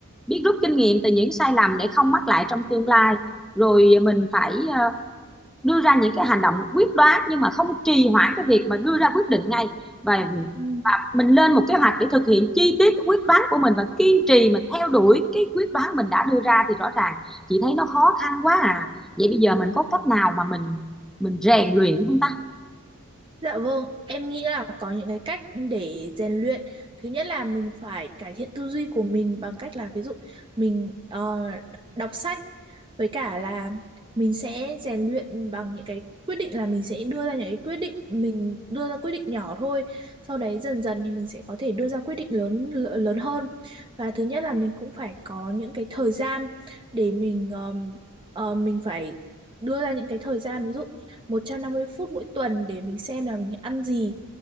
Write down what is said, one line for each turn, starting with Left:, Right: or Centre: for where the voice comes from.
Centre: biết rút kinh nghiệm từ những sai lầm để không mắc lại trong tương lai rồi mình phải ờ, đưa ra những cái hành động quyết đoán nhưng mà không trì hoãn cái việc mà đưa ra quyết định ngay và
Right: Ừ.
Centre: mình lên một kế hoạch để thực hiện chi tiết cái quyết đoán của mình và kiên trì mình theo đuổi cái quyết đoán mình đã đưa ra thì rõ ràng chị thấy nó khó khăn quá à vậy bây giờ mình có cách nào mà mình mình rèn luyện không ta
Right: Dạ vâng, em nghĩ là có những cái cách để rèn luyện. Thứ nhất là mình phải cải thiện tư duy của mình bằng cách là ví dụ mình ờ, đọc sách với cả là mình sẽ rèn luyện bằng những cái quyết định là mình sẽ đưa ra những cái quyết định mình đưa ra quyết định nhỏ thôi. Sau đấy dần dần thì mình sẽ có thể đưa ra quyết định lớn lớn hơn. Và thứ nhất là mình cũng phải có những cái thời gian để mình ờ, ờ, mình phải đưa ra những cái thời gian ví dụ 150 phút mỗi tuần để mình xem là mình ăn gì